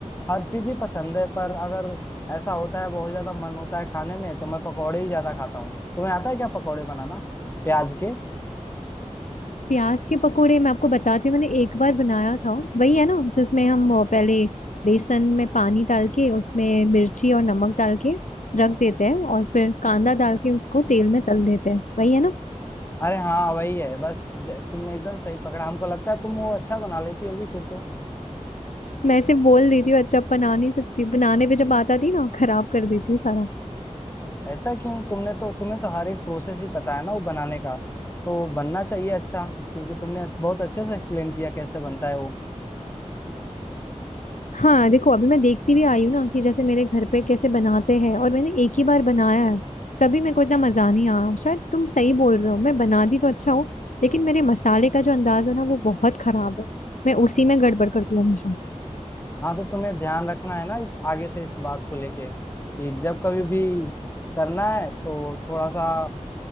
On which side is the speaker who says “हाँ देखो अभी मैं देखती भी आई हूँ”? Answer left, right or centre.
Left